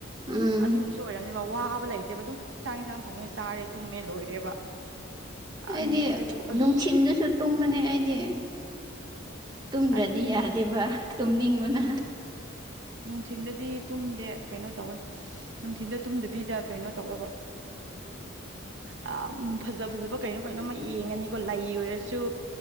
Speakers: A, on the right; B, on the right.
A: ꯎꯝ
B: ꯑꯗꯨꯒꯤꯁꯨ ꯑꯣꯏꯔꯝꯅꯦꯕ ꯋꯥꯕ ꯂꯩꯇꯦꯕ ꯑꯗꯨꯝ ꯆꯥꯛ ꯏꯟꯁꯥꯡ ꯊꯣꯡꯉꯦ ꯆꯥꯔꯦ ꯇꯨꯝꯃꯦ ꯂꯣꯏꯔꯦꯕ
A: ꯑꯩꯗꯤ
B: ꯅꯨꯡꯊꯤꯟꯗꯁꯨ ꯑꯁ
A: ꯅꯨꯡꯊꯤꯜꯗꯁꯨ ꯇꯨꯝꯕꯅꯦ ꯑꯩꯗꯤ ꯇꯨꯝꯗ꯭ꯔꯗꯤ
B: ꯑꯩꯗꯤ
A: ꯌꯥꯗꯦꯕ ꯇꯨꯝꯅꯤꯡꯕꯅ
B: ꯅꯨꯡꯊꯤꯟꯗꯗꯤ ꯇꯨꯝꯗꯦ ꯀꯩꯅꯣ ꯇꯧꯋꯦ ꯅꯨꯡꯊꯤꯟꯗ ꯇꯨꯝꯗꯕꯤꯗ ꯀꯩꯅꯣ ꯇꯧꯋꯦꯕ ꯑꯝ ꯐꯖ ꯐꯖꯕ ꯀꯩꯅꯣ ꯀꯩꯅꯣꯝꯃ ꯌꯦꯡꯉꯅꯤꯀꯣ ꯂꯩ ꯑꯣꯏꯔꯁꯨ